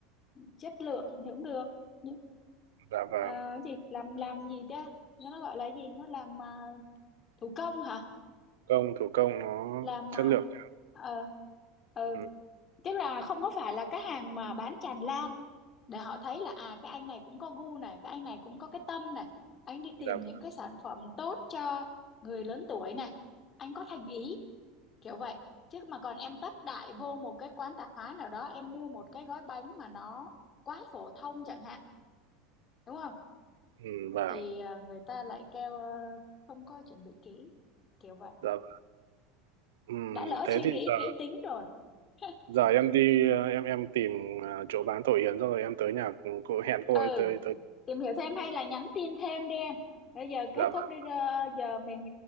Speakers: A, on the left; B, on the right.
A: chất lượng thì cũng được nhưng
B: dạ vâng
A: ờ, cái gì làm làm gì ta nó gọi là cái gì nó làm ờ, thủ công hả
B: công thủ công nó
A: làm
B: chất
A: à,
B: lượng
A: ờ ờ
B: ừ,
A: tức là không có phải là cái hàng mà bán tràn lan để họ thấy là à cái anh này cũng có gu này cái anh này cũng có cái tâm này anh đi
B: dạ
A: tìm những cái sản phẩm tốt cho người lớn tuổi này anh có thành ý kiểu vậy chứ mà còn em tấp đại vô một cái quán tạp hóa nào đó em mua một cái gói bánh mà nó quá phổ thông chẳng hạn đúng không
B: ừ, vâng
A: thì ờ, người ta lại kêu ờ, không có chuẩn bị kỹ kiểu vậy
B: dạ ừ,
A: đã lỡ
B: thế
A: suy
B: thì
A: nghĩ
B: giờ
A: kỹ tính rồi <laughs>
B: giờ em đi ờ, em em tìm ờ, chỗ bán tổ yến xong rồi em tới nhà cô hẹn cô
A: ừ
B: ấy tới tới
A: tìm hiểu thêm hay là nhắn tin thêm đi em bây giờ kết
B: dạ vâng
A: thúc đi ra- giờ mình